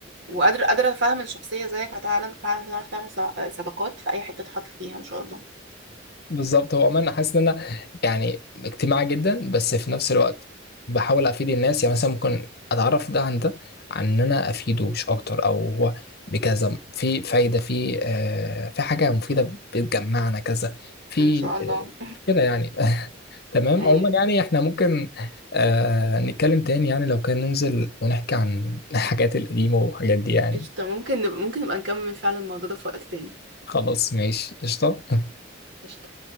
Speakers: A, on the right (about 60°); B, on the left (about 55°).
A: وقادرة قادرة أفهم الشخصية زيك هتعلم فعلا هتعرف تعمل صع- صداقات في أي حتة تحط فيها إن شاء الله
B: بالظبط هو عموما انا حاسس ان انا يعني اجتماعي جدا بس في نفس الوقت بحاول افيد الناس يعني مثلا ممكن اتعرف ده عن ده عن ان انا افيده مش اكتر او هو بكذا في فايده في آه في حاجه مفيده بتجمعنا كذا في
A: إن شاء الله
B: آه كده يعني <laughs> تمام
A: <laughs> أيوه
B: عموما يعني احنا ممكن آه نتكلم تاني يعني لو كان ننزل ونحكي عن <laughs> الحاجات القديمه والحاجات دي يعني
A: قشطة ممكن نبقى ممكن نبقى نكمل فعلا الموضوع ده في وقت تاني
B: خلاص ماشي قشطه
A: قشطة